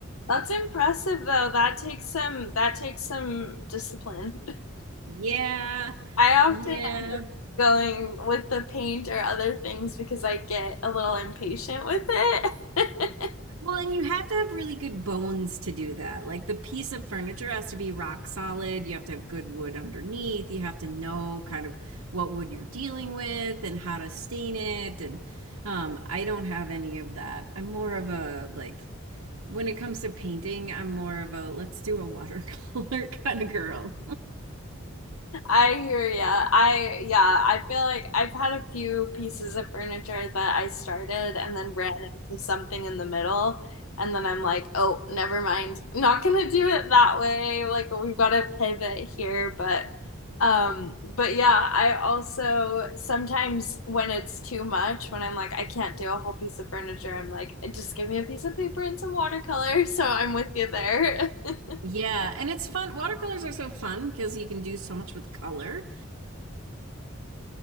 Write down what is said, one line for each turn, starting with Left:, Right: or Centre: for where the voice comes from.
Left: That's impressive though. That takes some that takes some discipline.
Right: Yeah,
Left: <laughs> I often
Right: yeah.
Left: going with the paint or other things because I get a little impatient with it. <laughs>
Right: Well, and you have to have really good bones to do that. Like the piece of furniture has to be rock solid. You have to have good wood underneath. You have to know kind of what wood you're dealing with and how to stain it. And um, I don't have any of that. I'm more of a like when it comes to painting, I'm more of a let's do a watercolor <laughs> kind of girl.
Left: I hear ya. I yeah, I feel like I've had a few pieces of furniture that I started and then ran into something in the middle, and then I'm like, oh, never mind. Not gonna do it that way. Like we've got to pivot here, but um, but yeah, I also sometimes when it's too much, when I'm like, I can't do a whole piece of furniture, I'm like, just give me a piece of paper and some watercolor. <laughs> So I'm with you there. <laughs>
Right: Yeah, and it's fun. Watercolors are so fun because you can do so much with color.